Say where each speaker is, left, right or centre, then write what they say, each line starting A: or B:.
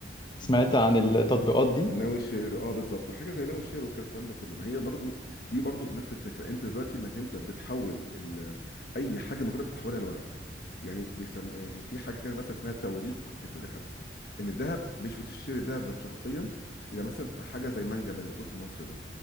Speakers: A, on the left; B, on the left.
A: بالظبط
B: سمعت عن التطبيقات
A: بالظبط
B: دي
A: ناوي الشير اه بالظبط حاجه زي ناوي الشير والكلام ده كله ما هي برضو دي برضو في نفس الفكره انت دلوقتي انك انت بتحول ال... اي حاجه مجرد بتحولها لورق يعني بيسموا يعني في حاجه كده مثلا اسمها توريق الذهب ان الذهب مش بتشتري الذهب ذات شخصيا يعني مثلا حاجه زي منجم الموجود في مصر ده